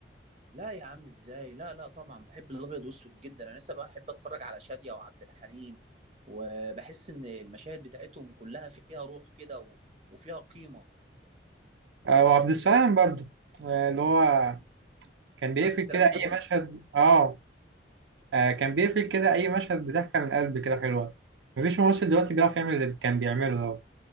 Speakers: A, on the right; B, on the right.
A: لا يا عم ازاي لا لا طبعا بحب الابيض والاسود جدا انا لسه بحب اتفرج على شادية وعبد الحليم وبحس ان المشاهد بتاعتهم كلها فيها روح كده و... وفيها قيمة
B: آه وعبد السلام برضو آه اللي هو كان بيقفل
A: عبد السلام
B: كده اي
A: النابلسي
B: مشهد اه, آه كان بيقفل كده اي مشهد بضحكه من القلب كده حلوه مفيش ممثل دلوقتي بيعرف يعمل اللي كان بيعمله ده